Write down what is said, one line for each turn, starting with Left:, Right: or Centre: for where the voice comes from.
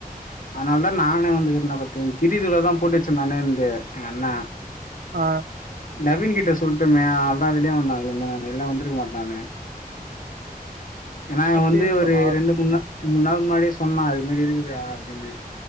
Left: அதனால தா நானே வந்துகிறன பாத்துகிங் கிரிதுள தா போட்டு வச்சே நனயுன்ட்டு எங்க அண்ண
Right: ஆ
Left: நவீனு கிட்ட சொல்ட்டமே அதா வெளிய வந்தான்ல இந்த நேரோ இல்ல வந்துருக்க மாட்டேனானு ஏன்னா இவன்
Right: அத்தைன்னு
Left: வந்து ஒரு
Right: சொன்னா
Left: ரெண்டு மூண் நா மூணு நாள் முன்னாடியே சொன்னான் அதுமாரி இருக்குதுடா அப்டினு